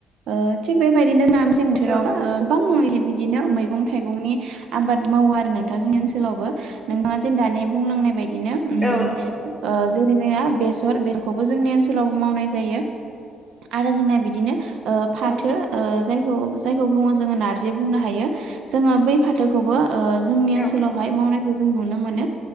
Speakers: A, on the right (about 75°); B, in the centre.
A: ओ थिग बेबायदिनो जोना। जों जेराव
B: औ
A: ओ गोबां। बिदिनो मैगं थाइगंनि आबाद मावो आरो नोंथां जोंनि ओनसोलावबो नोंथाङा जों दानि बुंलांनाय बायदि बिदिनो उम
B: औ नंगौ
A: ओ जेरै जोंना बेसर बेसरखौबो जोंनि ओनसोलावबो मावनाय जायो। आरो जोंना बिदिनो ओ फाथो
B: औ
A: ओ जायखौ जायखौ बुङो जोङो नारजि बुंनो हायो जोङो बै फाथोखौबो ओ जोंनि ओनसोलावहाय
B: औ
A: मावनायखौ जों नुनो मोनो